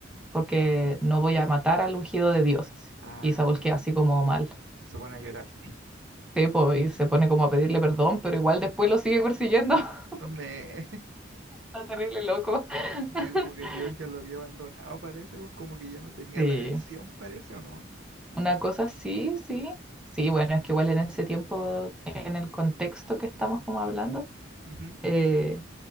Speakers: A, in the centre; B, on the right (about 70°).
A: porque no voy
B: Ey,
A: a matar al ungido de Dios. así.
B: ah,
A: Y Saúl queda así como mal.
B: se pone a llorar.
A: Sí, po, y se pone como a pedirle perdón, pero igual después lo sigue persiguiendo. <laughs>
B: Me,
A: Está terrible loco. <laughs>
B: <laughs> sí, como que Dios ya lo había abandonado, parece, pues como que ya no tenía
A: Sí,
B: redención, parece, ¿o no?
A: una cosa sí, sí. Sí, bueno, es que igual en ese tiempo, en el contexto que estamos como hablando,
B: Ujú,
A: eh,